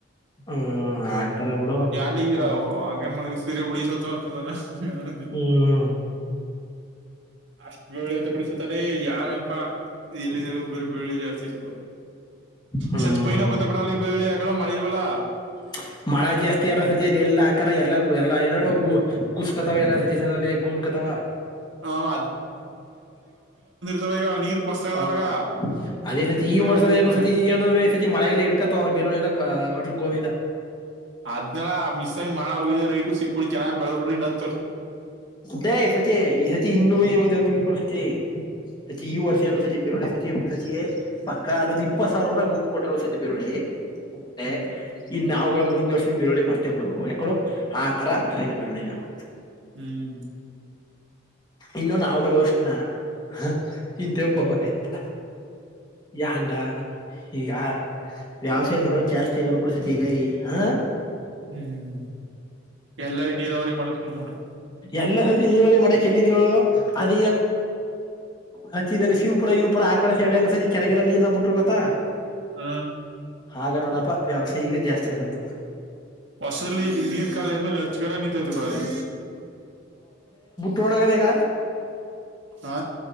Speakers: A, on the left (about 20°); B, on the right (about 65°).
A: ಹ್ಮ್ ಆಡ್ತಾರ ಬಿಡು
B: ನ್
A: ಹ್ಮ್
B: ಹಂಗೇನ್ ಮುಣಗಿಸ ಸೀರಿ ಉುಡಿಿಸತ ಅಂತದಾನ ಹ ಅದೇ
A: ಹ್ಮ್
B: ಅಷ್ಟ್ ಬೆಳ್ಳಳ್ಳಿ ಅಂತ ಕಡಿಸತಲ್ಲ ಯಏನಪ್ಪಾ ಎಲ್ಲಿಗೂ ಬರ ಬೆಳ್ಳುಳ್ಳಿ ಜಾಸ್ತಿ ಇಸತ
A: ಹ್ಮ್
B: ಶತ್ ಪೈನಾ ಬತ್ತ ಕೂಡ ಅಲ್ಲಿ ಬೆಳ್ಳಿ ದೆಲ್ಲ ಮಳಿಲ್ವಲ್ಲ.
A: <inaudible> ಮಳ ಜಾಸ್ತಿ ಆರೋ ಸಜಲಿ ಎಲ್ ಅಕಾರ ಎಲ್ಲ ಎಲ್ಲಾ ಏನೇಳು ಗುಸ್ಕತಾವ ಎಲ್ಲ <unintelligible> ಗುಮ್ ಕತಾವ.
B: ಅಹ್ ತವ ಇವ ನೀರ್ ಮಸ್ತ್ ಆಗದವ್ರಗ
A: ಹಾ ಅದೇ ಸಜಿ ಈ
B: ಪೈನ
A: ವರ್ಷದರು
B: ಬೆಳಿರ್ತಾರ
A: ಸಚಿ ಈಗ ಸಚಿ ಮಳೆ ಗಿಳೆ ಇಡ್ಕತ ಅವ್ ಬೇರವ ಎಲ್ಲ ಒಟ್ಲ ಗೋವಿಂದ.
B: ಅದ್ನಲ್ಲ ಮಿಸ್ಸಂಗ ಮಾಡ ಹ ರೈಟ್ರು ಸಿಕ್ಕ ಬಿಳ್ ಚೆನ್ನಾಗಿ ಬೆಳದ ಬಿಟ್ರ ಇನ್ ಹ
A: ದೇ ಸಚೆ ಈ ಸಚೆ ಇನ್ನು ಮಂದಿ ಹೊತ್ತುಳ್ಕಡು ಸಚೆ ಸಚೆ
B: ಹ್ಮ್
A: ಈ ವರ್ಷ ಹೇಳು ಸಚೆ ಬೆರಳ ಸಚಿ ಸಚೆ ಪಕ್ಕ ಅಲ್ಲೊಂದು ಇಪ್ಪತ್ತು ಸಾವಿರ ರಪಾಯಿ ಮುಂದ್ ಕೊಟ್ರ ಸಚಿ ಬಿರುಳ್ಳಿ. <unintelligible>
B: ಹ್ಮ್
A: ನಾವುಗಳ್ ಮುಂದ್ವರ್ಸ ಇಂದ್ ಬಿರುಳ್ಳಿ ಮಾಡ್ತೇವ್ ಬಿಡುಕು ಯಕೇಳು ಆ ತರ ಆಗ್ತರ್ ಏನು ಬ ಬಿರುಳಿ ನಾವು.
B: ಹ್ಮ್
A: ಇನ್ನು ನಾವುಗಳು ಉಷ್ಣ ಅಹ್ ಹಿಂತಾವ್ಕ್ ಹೋಗ್ಬೇಕಾಯ್ತು
B: ಹ್ಮ್
A: ಯಂಡ ಈಗ ವ್ಯವಸಾಯ ಮಾಡೋ ಜಾಸ್ತಿ ಆಗ್ರರು ಕೂಡಸತಿ ಈಗ ಈ ಹಾ
B: ಹ್ಮ್ ಎಲ್ಲ ನೀರಾವರೀ ಮಾಡಕ್ ಶುರು ಮಾಡ್ಬಿಟ್ರು.
A: ಎಲ್ಲ ಸಚಿ ಇವಾಗೆ ಮಾಡಕ್ ಎಲ್ಲಿಂದ ಹೇಳುದು ಅದ ಹಚ್ಚಿದಲ್ಲಿ ಶಿವಪುರ ಇವ ಪುರ ಆ ಕಡೆ ಸೈಡೆ ಎಲ್ಲ ಸಜಿ ಕೆರೆಗೆಲ್ಲ ನೀರ್ನ ಬಿಟ್ರು ಗೊತ್ತಾ.
B: ಹ್ಮ
A: ಆಗ ನೋಡಪ್ಪ ವ್ಯವಸಾಯ ಈಗ ಜಾಸ್ತಿ ಆಗದ್ದು.
B: ಹೊಸಲಿ ನೀರ್ ಖಾಲಿ ಆ ಮೇಲೆ ನಚ್ಗರ ನಿಂತೈತ ಕೊಡ ಅಲ್ಲಿ.
A: ಟೋಣಗದೆ ಈಗ
B: ಹಾ